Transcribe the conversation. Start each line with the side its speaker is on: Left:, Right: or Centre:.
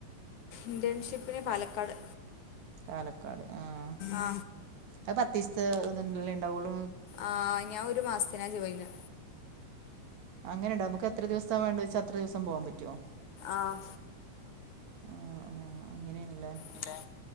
Left: ഇന്റേൺഷിപ്പിന് പാലക്കാട്.
Right: പാലക്കാട് ആഹ
Left: ആ
Right: അ പതീസത്തെ തല്ലേ ണ്ടാവുള്ളൂ?
Left: ആഹ, ഞാ ഒരു മാസത്തിനാ ജോയിന്.
Right: അങ്ങനെണ്ടോ, നമുക്കെത്ര ദിവസാ വേണ്ട ച്ചാ അത്രദിവസം പോവാ പറ്റോ?
Left: ആഹ.
Right: ആ, ആ അങ്ങനെയാണ്ല്ലേ?
Left: ഇല്ലേ